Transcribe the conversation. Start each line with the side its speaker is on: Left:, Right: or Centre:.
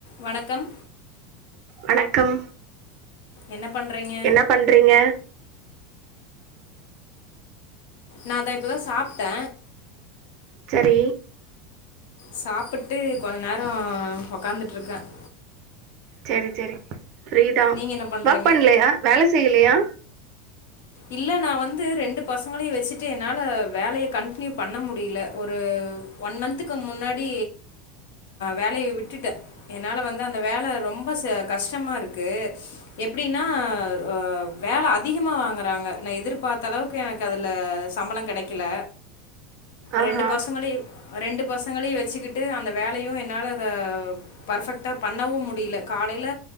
Left: வணக்கம்
Right: வணக்கம்
Left: என்ன பண்ணுறீங்க
Right: என்ன பண்றீங்க
Left: நா இத இப்பதா சாப்ட்ட
Right: சரி
Left: சாப்புட்டு கொஞ்ச நேரம் ஒக்காந்துட்ருக்கன்
Right: சரி சரி ஃப்ரீதா
Left: நீங்கள் என்ன பண்ணுறீங்க
Right: ஒர்க் பண்லயா வேல செய்யலயா
Left: இல்ல நா வந்து ரெண்டு பசங்களையு வச்சுட்டு என்னால வேலைய கண்டினியூ பண்ண முடியல ஒரு ஒன் மந்த்க்கு முன்னாடி வேலயை விட் டுட்ட என்னால வந்து அந்த வேல ரொம்பச கஷ்டமா இருக்கு எப்படின்னா அ வேல அதிகமா வாங்க ராங்க நா எதிர்பார்த்த அளவுக்கு எனக்கு அதுல சம்பளம் கெடைக்குல
Right: ஆஹா
Left: ரெண்டு பசங்களையும் ரெண்டு பசங்களையு வ வச்சிகிட்டு அந்த வேலையும் என்னால அ பர்ஃபக்டா பண்ணவும் முடியல காலைல